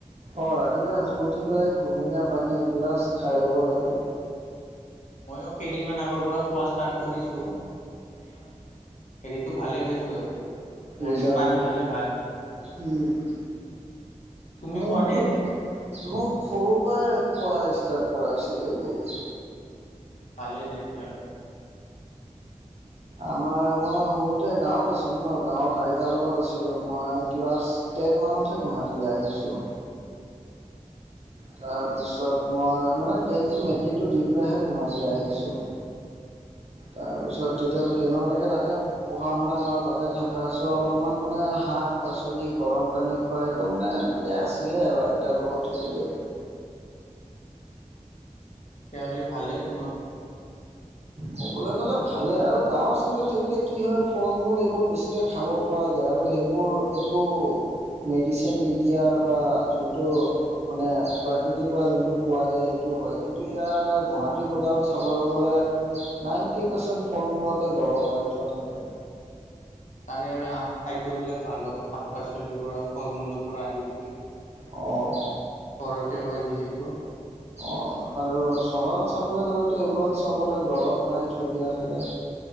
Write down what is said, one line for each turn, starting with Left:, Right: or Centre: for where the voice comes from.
Right: অ', ৰাতিপুৱাই শুই উঠি পেলাই কুহুমীয়া পানী এগিলাচ খাই ল'ব লাগে।
Left: ময়ো কেইদিনমান আগৰ পৰা খোৱা ষ্টাৰ্ট কৰিছো, এনে হেৰিটো ভালে পাইছো আৰু। মৰ্ণিং
Right: ৰিজাল্টটো
Left: পানী খালে ভাল
Right: উম,
Left: তুমি
Right: মোকটো
Left: খোৱানে এনে পানী?
Right: মোক সৰু পাৱায়ে খোৱা ষ্টাৰ্ট কৰাইছিলে এইবোৰ।
Left: উম, ভালেই তেতিয়াহলে।
Right: আমাৰ মই সৰুতে গাঁৱত আছিলোঁ ন' গাঁৱত আইতাৰ লগত আছিলোঁ মই ক্লাছ টেন মানতহে গুৱাহাটীলৈ আহিছোঁ।
Left: <inaudible>
Right: তাৰপিছত মই মানে টেনটো মেট্ৰিকটো দি পেলাইহে গুৱাহাটীলৈ আহিছোঁ। তাৰপিছত তেতিয়ালৈকে টেনলৈকে তাতে পঢ়া শুনা কৰা তাতে থাকা চ' অলপমান মানে শাক পাচলি গৰম পানী খোৱাই বোৰ মানে তাতে আছিলে আৰু আইতাৰ লগত থাকোঁতে।
Left: তেতিয়াহলে ভালেই তোমাৰ।
Right: ক'বলৈ গ'লে ভালে আৰু গাঁৱৰ চাইডত থাকিলে কি হয় ফল মূল এইবোৰ বেছিকে খাব পৰা যায় আৰু সেইবোৰ একো মেডিচিন নিদিয়া বা যোনটো মানে প্ৰাকৃতিৰ পৰা যোনটো পোৱা যায় সেইটো হয়, কিন্তু ইয়াৰ গুৱাহাটী বজাৰত চাবলৈ গ'লে নাইণ্টি পাৰ্চেণ্ট ফল মূলতে দৰৱ মাৰি থোৱা থাকে।
Left: তাৰে খাদ্যবিলাক ভালো শাক পাচলিৰ পৰা ফল মূলৰ পৰা আদি কৰি।
Right: অ',
Left: ঘৰতে হয় যিহেতু।
Right: অঁ আৰু চহৰত চাবলৈ গ'লেতো এইবোৰত চবতে দৰৱ মাৰি থৈ দিয়া থাকে।